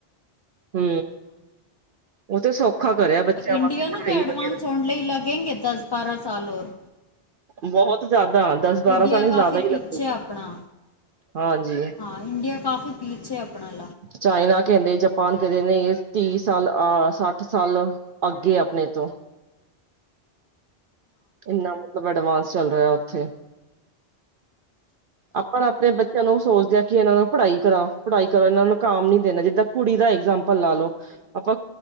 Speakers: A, on the right; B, on the left.
A: ਹੂ ਉਹ ਤੇ ਸੌਖਾ ਕਰਿਆ ਬੱਚਿਆਂ
B: ਇੰਡੀਅਨ
A: ਵਾਸਤੇ
B: ਨੂੰ
A: ਪੜ੍ਹਾਈ
B: ਪਏ ਐਡਵਾਂਸ
A: ਵਗੈਰਾ
B: ਹੋਣ ਲਈ ਲਗੇਗੇ ਦਸ, ਬਾਰਾਂ ਸਾਲ ਹੋਰ।
A: ਬਹੁਤ ਜ਼ਿਆਦਾ। ਦਸ ਬਾਰਾਂ
B: ਇੰਡੀਆ
A: ਸਾਲ ਜ਼ਿਆਦਾ
B: ਕਾਫੀ
A: ਹੀ ਲੱਗੂਗਾ
B: ਪਿੱਛੇ ਆ ਆਪਣਾ,
A: ਹਾਂਜੀ
B: ਹਾਂ ਇੰਡੀਆ ਕਾਫੀ ਪਿੱਛੇ ਆ ਆਪਣਾ।
A: ਚਾਈਨਾ ਕਹਿੰਦੇ ਜਪਾਨ ਕਹਿੰਦੇ ਨੇ ਤੀਹ ਸਾਲ, ਅਹ ਸੱਠ ਸਾਲ ਅੱਗੇ ਆ ਆਪਣੇ ਨਹੀਂ ਤੋਂ ਇਨ੍ਹਾਂ ਮਤਲਬ ਐਡਵਾਂਸ ਚੱਲ ਰਿਹਾ ਉੱਥੇ। ਆਪਾਂ ਨਾ ਆਪਣੇ ਬੱਚਿਆਂ ਨੂੰ ਸੋਚਦੇ ਆ ਕਿ ਇਹਨਾਂ ਨੂੰ ਪੜ੍ਹਾਈ ਕਰਾਓ, ਪੜ੍ਹਾਈ ਕਰੋ ਇਹਨਾਂ ਨੂੰ ਕਾਮ ਨੀ ਦੇਣਾ ਜਿੱਦਾਂ ਕੁੜੀ ਦਾ ਇਗਜਾਮਪਲ ਲਾ ਲਓ, ਅਪ <inaudible>